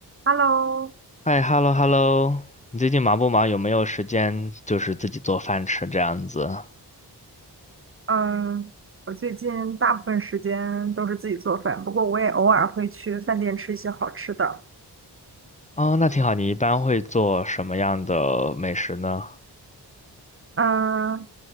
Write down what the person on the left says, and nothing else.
嗨，hello hello，你最近忙不忙？有没有时间就是自己做饭吃这样子？
哦，那挺好。你一般会做什么样的美食呢？